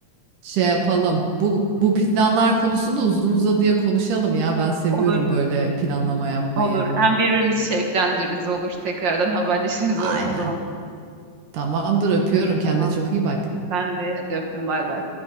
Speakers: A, on the right; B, on the right.
A: Şey yapalım. Bu bu planlar konusunda uzun uzadıya konuşalım ya. Ben seviyorum
B: Olur,
A: böyle planlama yapmayı.
B: olur. Hem birbirimizi şevklendiririz, olur. Tekrardan haberleşiriz
A: Aynen.
B: o o zaman.
A: Tamamdır öpüyorum. Kendine
B: Tamam.
A: çok iyi bak.
B: Ben de hadi öptüm, bay bay.